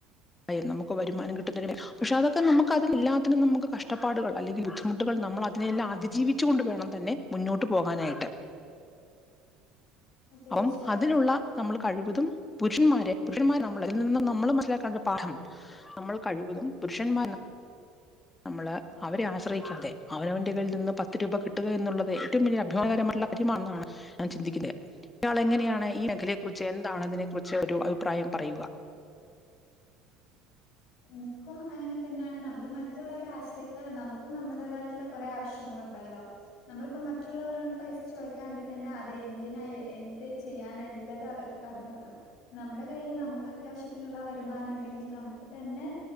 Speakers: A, on the left; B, on the left.
A: യം നമുക്ക് വരുമാനം കിട്ടുന്നങ്ങനെ പഷേ അതൊക്കെ നമുക്ക് അതിനെല്ലാത്തിനും നമുക്ക് കഷ്ടപ്പാടുകൾ അല്ലെങ്കിൽ ബുദ്ധിമുട്ടുകൾ നമ്മൾ അതിനെയെല്ലാം അതിജീവിച്ചു കൊണ്ട് വേണം തന്നെ മുന്നോട്ട് പോകാനായിട്ട്
B: തീർച്ചയായും
A: അപ്പം അതിനുള്ള നമ്മള് കഴിവതും പുരുഷന്മാരെ പുരുഷന്മാർ നമ്മളെ ഇതിൽ നിന്നും നമ്മള് മനസ്സിലാക്കേണ്ട പാഠം നമ്മൾ കഴിവതും പുരുഷന്മാ നമ്മള് അവരെ ആശ്രയിക്കാതെ അവനവന്റെ കയ്യിൽ നിന്ന് പത്ത് രൂപ കിട്ടുക എന്നുള്ളത് ഏറ്റവും വലിയ അഭിമാകരമായ ളള കാര്യമാണെന്നാണ് ഞാൻ ചിന്തിക്കുന്നെ ഇയാൾ എങ്ങനെയാണ് ഈ മേഖലയെക്കുറിച്ച് എന്താണ് ഇതിനെ കുറിച്ച് ഒരു അഭിപ്രായം പറയുക
B: എൻക്കും അങ്ങനെ തന്നാണ് നമ്മള് മറ്റുള്ളവരെ ആശ്രയിക്കാതെ നമുക്കും നമ്മുടേതായിട്ടുള്ള കൊറേ ആവശ്യങ്ങള് ണ്ടല്ലോ നമ്മളിപ്പോ മറ്റുള്ളവരോണ്ട് പൈസ ചോദിക്കാണെങ്കിൽ തന്നെ അത് എന്തിനായി എന്ത് ചെയ്യാനാ എല്ലത് അവർക്ക് പറഞ്ഞു കൊടുക്കണം നമ്മുടെ കയ്യില് നമുക്ക് അത്യാവശ്യത്തിനുള്ള വരുമാനം ഉണ്ടെങ്കിൽ നമു ക്കു തന്നെ